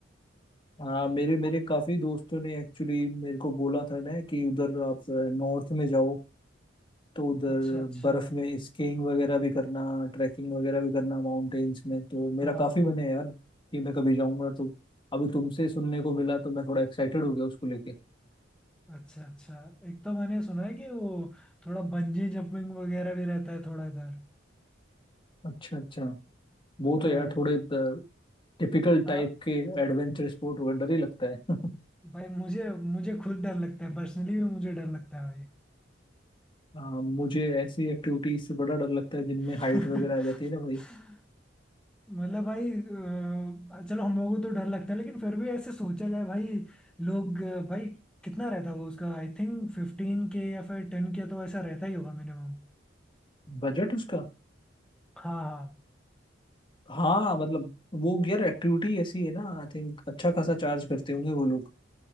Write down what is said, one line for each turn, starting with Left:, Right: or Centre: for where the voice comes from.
Left: हाँ मेरे मेरे काफी दोस्तों ने एक्चुअली मेरे को बोला था ना कि उधर आप नॉर्थ में जाओ तो उधर
Centre: अच्छा अच्छा
Left: बर्फ में स्कीइंग वगैरह भी करना ट्रैकिंग वगैरह भी करना माउंटेन्स में तो मेरा
Centre: हाँ
Left: काफी मन है यार कि मैं कभी जाऊंगा तो अभी तुमसे सुनने को मिला तो मैं थोड़ा एक्साइटेड हो गया उसको लेके
Centre: अच्छा अच्छा एक तो मैंने सुना है कि वो थोड़ा बंजी जंपिंग वगैरह भी रहता है थोड़ा इधर
Left: अच्छा अच्छा वो
Centre: हाँ
Left: तो यार थोड़े टिपिकल
Centre: आ,
Left: टाइप के एडवेंचर स्पोर्ट होगा डर ही लगता है <laughs>
Centre: भाई मुझे मुझे खुद डर लगता है पर्सनली भी मुझे डर लगता है
Left: हाँ मुझे ऐसी एक्टिविटीज से बड़ा डर लगता है जिनमें
Centre: भाई
Left: हाइट वगैरह आ जाती
Centre: <laughs>
Left: है ना भाई
Centre: मतलब भाई अ, चलो हम लोगों को तो डर लगता है लेकिन फिर भी ऐसे सोचा जाए भाई लोग अ, भाई कितना रहता होगा उसका आई थिंक फिफ्टीन के या फिर टेन के तो ऐसा रहता ही होगा मिनिमम
Left: बजट उसका
Centre: हाँ
Left: हाँ मतलब वो यार एक्टिविटी ऐसी है ना आई थिंक अच्छा खासा चार्ज करते होंगे वो लोग